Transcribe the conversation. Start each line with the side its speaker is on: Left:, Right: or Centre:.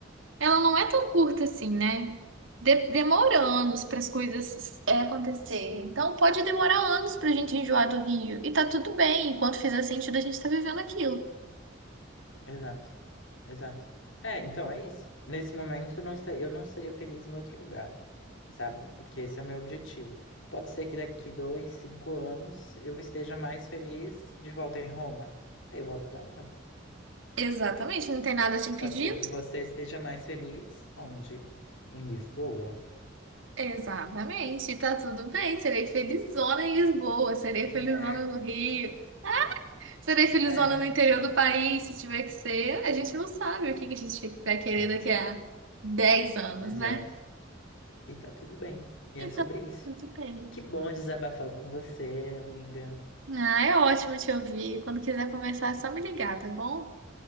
Right: Ela não é tão curta assim, né? De- demora anos para as coisas é, acontecerem. Então pode demorar anos para a gente enjoar do Rio. E tá tudo bem, enquanto fizer sentido, a gente tá vivendo aquilo.
Left: Exato, exato. É, então é isso. Nesse momento eu não esta- eu não estaria feliz em outro lugar, sabe? Porque esse é o meu objetivo. Pode ser que daqui dois, cinco anos eu esteja mais feliz de volta em Roma. Aí eu volto pra lá.
Right: Exatamente, não tem nada te impedindo.
Left: Pode ser que você esteja mais feliz onde? Em Lisboa.
Right: Exatamente, e tá tudo bem. Serei felizona em Lisboa, serei
Left: Yeah.
Right: felizona no Rio, serei felizona
Left: É.
Right: no interior do país, se tiver que ser. A gente não sabe o que que a gente vai querer
Left: É,
Right: daqui a 10 anos,
Left: exato.
Right: né?
Left: E tá tudo bem. E
Right: Então
Left: é sobre isso.
Right: tudo bem.
Left: Que bom desabafar com você, amiga.
Right: Ah, é ótimo te ouvir. Quando quiser conversar, é só me ligar, tá bom?